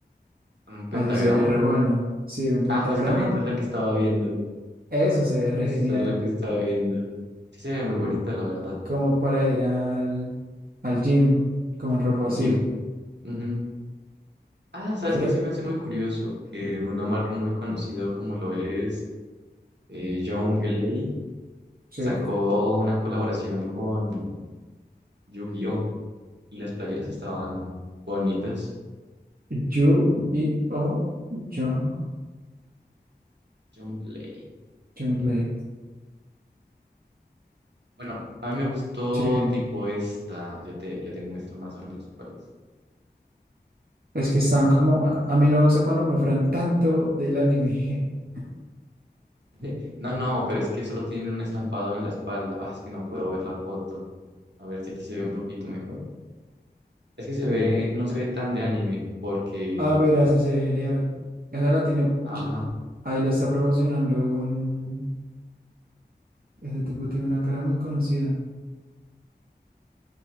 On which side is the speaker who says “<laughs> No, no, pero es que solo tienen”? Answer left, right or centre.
Right